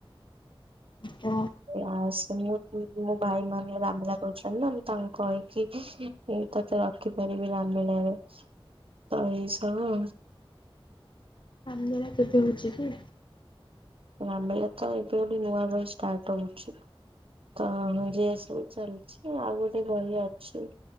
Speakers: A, on the left; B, on the right.
A: ତ।
B: ଆସ ମୁଁ, ମୋ ଭାଇ ମାନେ ରାମନୀଳା କରୁଛନ୍ତି ନା ମୁଁ ତାଙ୍କୁ କହିକି ମୁଁ ତତେ ରଖିପାରିବି, ରାମନୀଳାରେ ତ ଏଇ ସବୁ
A: ଲୀଳା କେବେ ହଉଛି କି?
B: ରାମନୀଳା ତ ଏବେ ଗୋଟେ ନୂଆ ବହି ଷ୍ଟାର୍ଟ ହଉଛି। ତ ଇଏ ସବୁ ଚାଲିଛି, ଆଉ ଗୋଟେ ବହି ଅଛି।